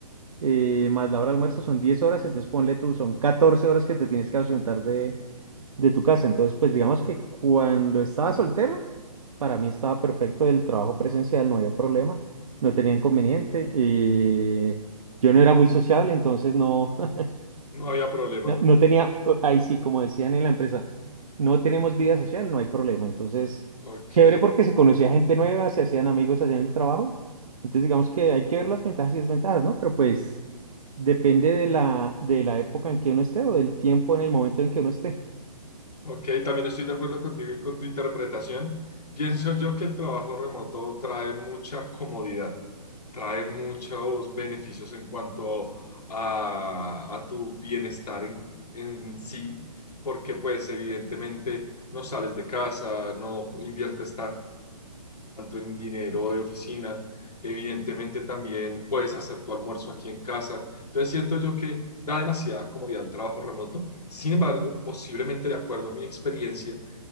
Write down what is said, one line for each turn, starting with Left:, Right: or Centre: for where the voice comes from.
Right: eh, más la hora de almuerzo son 10 horas, entonces ponle tú, son 14 horas que te tienes que ausentar de, de tu casa. Entonces, pues digamos que cuando estaba soltero, para mí estaba perfecto el trabajo presencial, no había problema, no tenía inconveniente. eh, yo no era muy sociable, entonces no, <laughs>
Left: No había problema,
Right: no,
Left: ¿no?
Right: no tenía, eh, ahí sí, como decían en la empresa, no tenemos vida social, no hay problema. Entonces,
Left: Ok.
Right: chévere porque se conocía gente nueva, se hacían amigos allá en el trabajo. Entonces, digamos que hay que ver las ventajas y desventajas, ¿no? Pero pues depende de la, de la época en que uno esté o del tiempo en el momento en que uno esté.
Left: Ok, también estoy de acuerdo contigo y con tu interpretación. Pienso yo que el trabajo remoto trae mucha comodidad, trae muchos beneficios en cuanto a, a tu bienestar en, en sí, porque pues evidentemente no sales de casa, no inviertes tanto gasto en dinero de oficina, evidentemente también puedes hacer tu almuerzo aquí en casa. Entonces siento yo que da demasiada comodidad el trabajo remoto. Sin embargo, posiblemente de acuerdo a mi experiencia,